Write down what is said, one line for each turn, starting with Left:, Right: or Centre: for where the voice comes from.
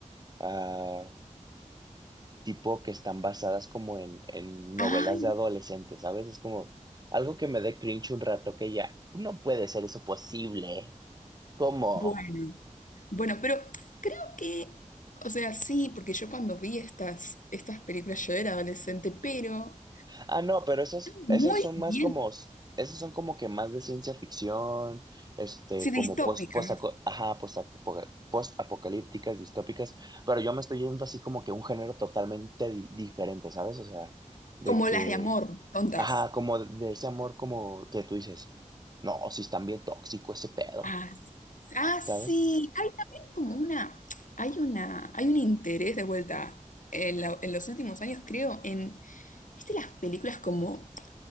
Right: ah, tipo que están basadas como en, en novelas
Left: Ay,
Right: de adolescentes, ¿sabes? Es como algo que me dé cringe un rato que ya, no puede ser eso posible. ¿Cómo?
Left: bueno. Bueno, pero creo que, o sea, sí, porque yo cuando vi estas, estas películas yo era adolescente, pero
Right: Ah, no, pero esas,
Left: muy
Right: esas son
Left: bien,
Right: más como, esas son como que más de ciencia ficción, este,
Left: sí, distópicas,
Right: como post, post, ajá, postapoca- post-apocalípticas, distópicas, pero yo me estoy yendo así como que un género totalmente di- diferente, ¿sabes? O sea, de
Left: como
Right: que
Left: las de amor, tontas.
Right: Ajá, como de ese amor como que tú dices, no, si están bien tóxico ese pedo,
Left: Ah, ah,
Right: ¿sabes?
Left: sí, hay también como una, hay una, hay un interés de vuelta en, la- en los últimos años, creo, en, ¿viste las películas como